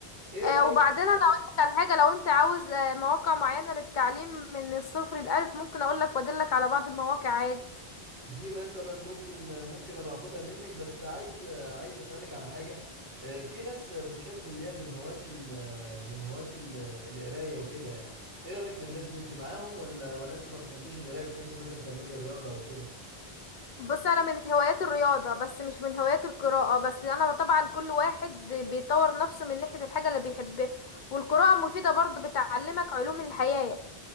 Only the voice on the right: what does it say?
ايه
رأيك
دي مثلا ممكن ممكن ابقى اخدها منك بس عايز عايز اسالك على حاجه آه، في ناس بتحب اللي هي من هواة ال- من هواة ال- القرايه وكده يعني ايه رايك في الناس دي انت معاهم ولا ولا انت ما بتحبيش القرايه بتحب مثلا تعملي رياضه او كده